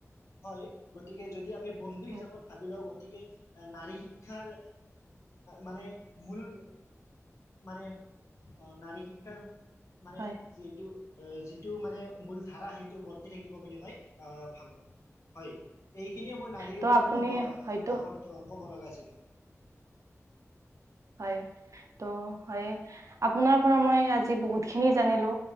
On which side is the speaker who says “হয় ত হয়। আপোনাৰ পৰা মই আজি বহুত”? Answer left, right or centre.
Right